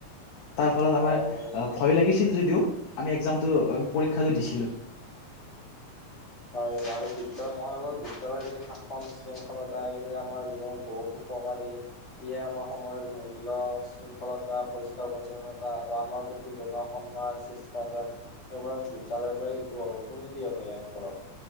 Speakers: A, on the left; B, on the left.
A: তাৰ ফলত
B: হয়
A: আমাৰ
B: আৰু
A: ভয় লাগিছিল যদিও, একজামটো পৰীক্ষাটো দিছিলো।
B: হয় বাৰু বিদ্য মই হ'ল, বিদ্যালয়ৰ যি শাসন, শৃংখলতা সেইয়া আমাৰ জীৱনত বহুতো উপকাৰী এয়া, আমাৰ সময়ৰ মূল্যৰ। শৃংখলতা পৰিষ্কাৰ, পৰিচ্ছন্নতা আৰু আনৰ প্ৰতি জনোৱা সন্মান চেষ্টাচাৰ এইবাৰ বিদ্যালয়ৰ শিকো, তুমি কি কবা ইয়াৰ ওপৰত?